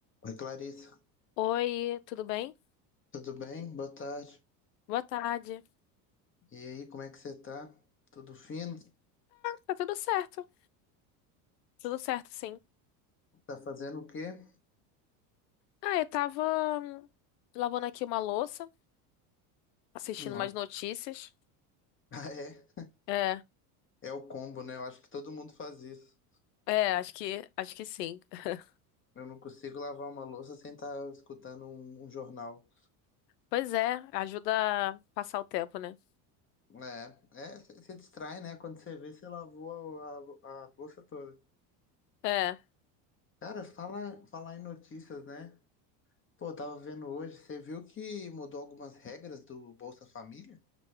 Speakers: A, on the left; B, on the left.
A: Oi, Clarissa,
B: Oi, tudo bem?
A: tudo bem? Boa tarde.
B: Boa tarde.
A: E aí, como é que você tá? Tudo fino?
B: Tá tudo certo. Tudo certo, sim.
A: Tá fazendo o quê?
B: Ah, eu tava hum, lavando aqui uma louça, assistindo
A: Nossa.
B: umas notícias.
A: <laughs> Ah, é?
B: É,
A: É o combo, né? Eu acho que todo mundo faz isso.
B: é, acho que, acho que sim. <laughs>
A: Eu não consigo lavar uma louça sem estar escutando um, um jornal.
B: Pois é, ajuda a passar o tempo, né?
A: É, é, você distrai, né? Quando você vê, você lavou a, a lou- a louça toda.
B: É.
A: Cara, fala, falar em notícias, né? Pô, eu tava vendo hoje, você viu que mudou algumas regras do Bolsa Família?